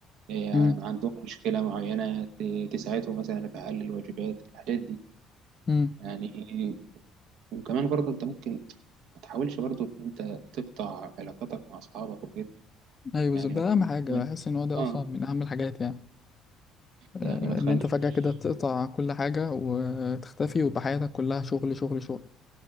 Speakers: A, on the right (about 75°); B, on the left (about 35°).
A: آه،
B: امم
A: عندهم مشكلة معينة ت- تساعدهم مثلا في حل الواجبات الحاجات دي
B: امم
A: يعني وكمان برضه أنت ممكن ما تحاولش برضه إن أنت تقطع علاقاتك مع أصحابك وكده
B: ايوه بالظبط
A: يعني
B: ده
A: ما تخليش
B: اهم حاجة
A: ما-
B: احس ان هو ده
A: آه
B: اصلا من اهم الحاجات يعني آه،
A: يعني ما تخليش
B: ان انت فجأة كده تقطع كل حاجة وتختفي ويبقى حياتك كلها شغل شغل شغل